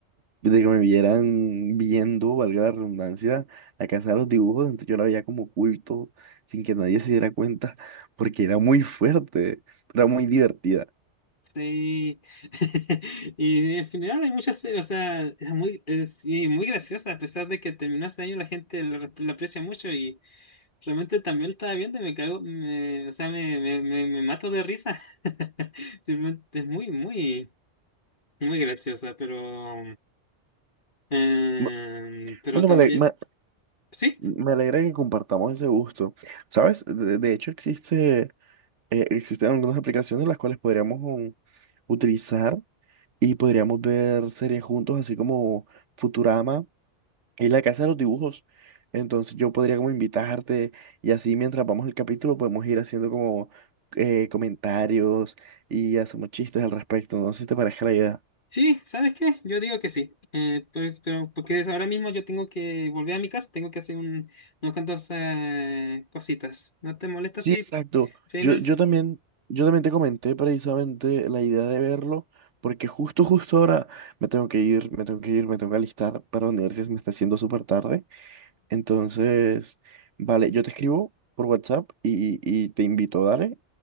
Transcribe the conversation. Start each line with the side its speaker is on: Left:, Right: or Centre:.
Right: de que me vieran viendo, valga la redundancia, la casa de los dibujos, entonces yo la veía como oculto, sin que nadie se diera cuenta, porque era muy fuerte, era muy divertida.
Left: Sí, <laughs> y en general hay muchas series, o sea, es muy, es- y muy graciosa, a pesar de que terminó hace años, la gente la, re- la aprecia mucho y realmente también la estaba viendo y me cago, me- o sea, me, me, me, me mato de risa. <laughs> Simplemente es muy, muy, muy graciosa, pero, em,
Right: Bu-
Left: pero
Right: Bueno,
Left: también,
Right: me, ale- me-
Left: sí.
Right: me alegra que compartamos ese gusto. ¿Sabes? De, de hecho, existe, eh, existen algunas aplicaciones las cuales podríamos um, utilizar y podríamos ver series juntos, así como Futurama. Y la casa de los dibujos. Entonces yo podría como invitarte y así mientras vamos el capítulo podemos ir haciendo como eh, comentarios y hacemos chistes al respecto. No sé si te parece la idea.
Left: Sí, ¿sabes qué? Yo digo que sí. Eh, pues, pero porque es- ahora mismo yo tengo que volver a mi casa, tengo que hacer un, unas cuantos eh, cositas. ¿No te molesta
Right: Sí,
Left: si,
Right: exacto.
Left: si
Right: Yo,
Left: no?
Right: yo también, yo también te comenté precisamente la idea de verlo porque justo, justo ahora me tengo que ir, me tengo que ir, me tengo que alistar para la universidad, se me está haciendo súper tarde. Entonces, vale, yo te escribo por WhatsApp y, y te invito, dale,